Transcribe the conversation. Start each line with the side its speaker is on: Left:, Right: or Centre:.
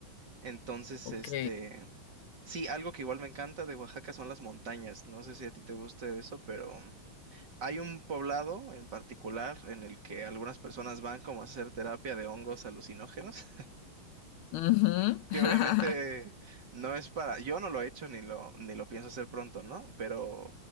Right: Entonces,
Left: Ok.
Right: este, sí, algo que igual me encanta de Oaxaca son las montañas. No sé si a ti te guste eso, pero hay un poblado en particular en el que algunas personas van como a hacer terapia de hongos alucinógenos
Left: Ujú.
Right: que
Left: <laughs>
Right: obviamente no es para, yo no lo he hecho ni lo, ni lo pienso hacer pronto, ¿no? Pero